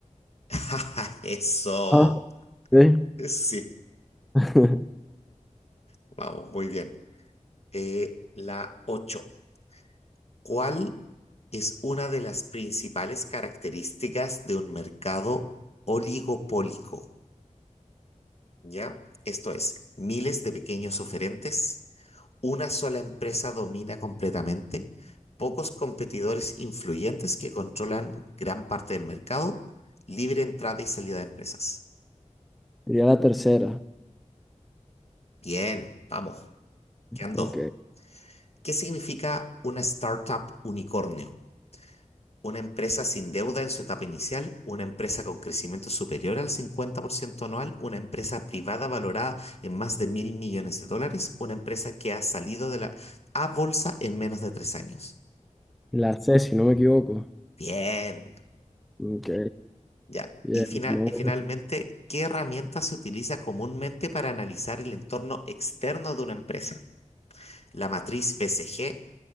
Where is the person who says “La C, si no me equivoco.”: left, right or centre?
Centre